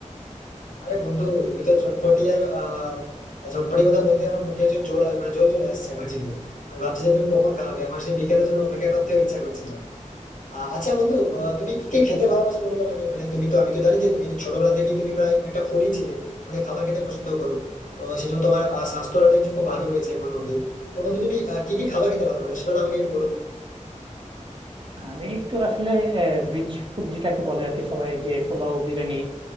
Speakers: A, on the left (about 85°); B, on the right (about 40°).
A: আরে বন্ধু তুমি তো চটপটি আর আহ চটপটি কথা বলতে আমার মুখে হচ্ছে জল আ- মানে জল চলে আসছে আমার জিভে আমি ভাবছি যে তুমি কখন খাওয়াবে আমার সেই বিকেলের জন্য অপেক্ষা করতে ইচ্ছা করছে না আহ, আচ্ছা বন্ধু আহ,
B: আহ,
A: তুমি কি কি খেতে ভালোবাসো বলো তো আমাকে মানে তুমি তো আমি তো জানি যে তুমি ছোটবেলা থেকেই তুমি প্রায় অনেকটা ফুডি ছিলে অনেক খাবার খেতে পছন্দ করো তো সেই জন্য তোমার আহ, স্বাস্থ্যটা দেখছি খুব ভালো রয়েছে এখন অব্দি তো বন্ধু তুমি আহ, কি কি খাবার খেতে ভালোবাসো সেটা তো আমাকে একটু বলো তো
B: আমি একটু আসলে রিচ ফুড যেটাকে বলে আর কি সবাই যে পোলাও বিরিয়ানি